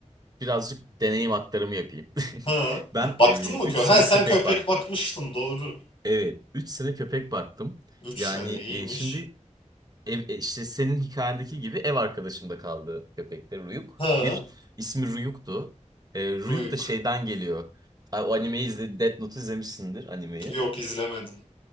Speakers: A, on the right; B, on the left.
A: birazcık deneyim aktarımı yapayım.
B: Ha.
A: <laughs> Ben
B: Baktın
A: e, 3
B: mı köpek?
A: sene
B: Ha sen
A: köpek
B: köpek
A: baktım.
B: bakmıştın doğru.
A: Evet 3 sene köpek baktım.
B: 3
A: Yani
B: sene iyiymiş.
A: e, şimdi Ev, e, işte senin hikayendeki gibi ev arkadaşımda kaldı köpekte Ruyuk.
B: Ha.
A: Bir ismi Ruyuk'tu. E, Ruyuk
B: Duyuk.
A: da şeyden geliyor. Ay, O animeyi izle, Death Note izlemişsindir animeyi.
B: Yok izlemedim.